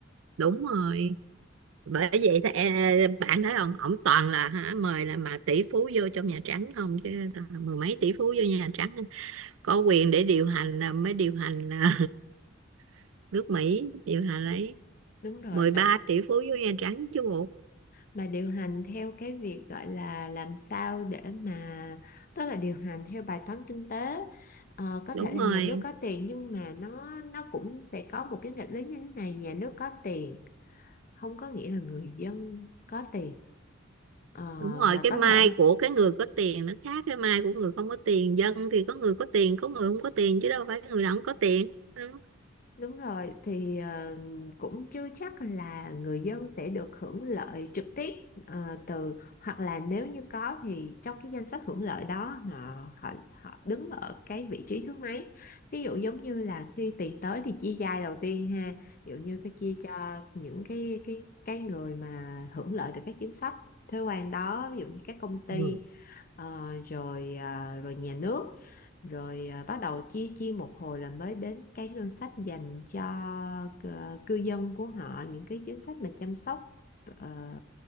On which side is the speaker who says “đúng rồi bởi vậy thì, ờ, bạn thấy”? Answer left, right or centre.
Right